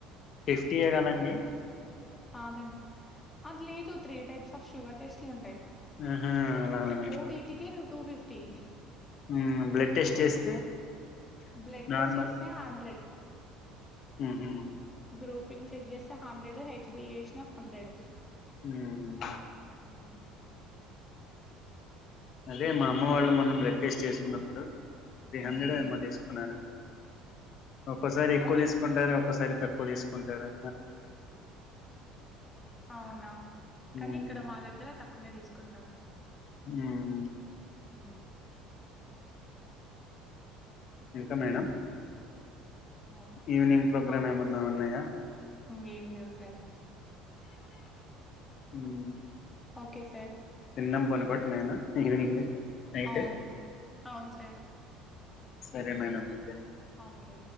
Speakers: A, on the left; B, on the left.
A: ఫిఫ్టీ ఏ గదండి
B: అదన్ అది లేదు త్రీ టైప్స్ ఆఫ్ షుగర్ టెస్ట్లుంటాయి
A: ఆహా అలానా
B: మూడీటికి టూ ఫిఫ్టీ
A: ఉమ్మ్ బ్లడ్ టెస్ట్ చేస్తే
B: బ్లడ్
A: నార్మల్
B: టెస్ట్ చేస్తే హండ్రెడ్
A: ఊహూ
B: గ్రూపింగ్ చెక్ చేస్తే హండ్రెడ్ హెచ్ బి చేసినా హండ్రెడ్
A: ఉమ్
B: ఉమ్మ్
A: అదే మా అమ్మ వాళ్ళు మొన్న బ్లడ్ టెస్ట్ చేసుకున్నప్పుడు త్రీ
B: హ్మ్.
A: హండెడో ఏమో తీసుకున్నారు ఒక్కోసారి ఎక్కువ
B: ఓన్లీ
A: తీసుకుంటారు ఒక్కోసారి తక్కువ తీసుకుంటారా
B: అవునా కానీ
A: ఉమ్
B: ఇక్కడ మా దగ్గర తక్కువనే తీసుకుంటారు
A: హ్మ్
B: హ్మ్మ్
A: ఇంక మేడం
B: ఓ
A: ఈవినింగ్ ప్రోగ్రామ్
B: ఓ
A: ఏమన్నా ఉన్నాయా
B: ఇంగేం లేవు సార్
A: మ్మ్
B: ఓకే సార్
A: తిన్నం పనుకోటమేన ఈవినింగ్ నైట్
B: అవును అవును సార్
A: సరే మేడం అయితే
B: ఓకే